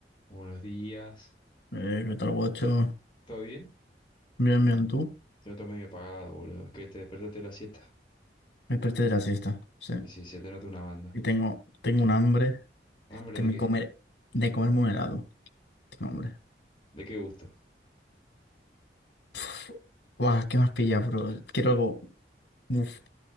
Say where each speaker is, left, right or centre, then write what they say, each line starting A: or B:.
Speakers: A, on the left (about 30°); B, on the left (about 80°).
A: Buenos días.
B: Eh, ¿qué tal, guacho?
A: ¿Todo bien?
B: Bien, bien, tú.
A: Te noto medio apagado, boludo. Que te despertaste de la siesta.
B: Me desperté de la siesta, sí.
A: Y si se te nota una banda.
B: Y tengo, tengo un hambre
A: ¿Hambre
B: de
A: de
B: me
A: qué?
B: comer, de comerme un helado. Tengo hambre.
A: ¿De qué gusto?
B: Pff, Guau, ¿qué más pilla, bro? Quiero algo. Uf,